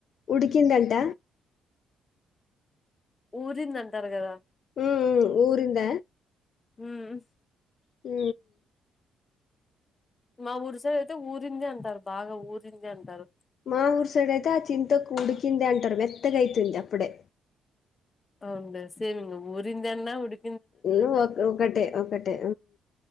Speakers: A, on the left; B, on the left.
A: ఉడికిందంట.
B: ఊరిందటారు. కదా
A: ఉ ఊరింద
B: హ్మ్
A: ఉ
B: మా ఊరిసైడ్ అయితే ఊరింది అంటారు. బాగా ఊరింది అంటారు.
A: మా ఊరు సైడ్ అయితే ఆ చింతొక్కు ఉడికింది అంటారు మెత్తగా అయితే అప్పుడే
B: అవునులే సేమ్ ఇంగ ఊరింది అన్న ఉడి
A: ఇ ఒక ఒకటే ఒకటే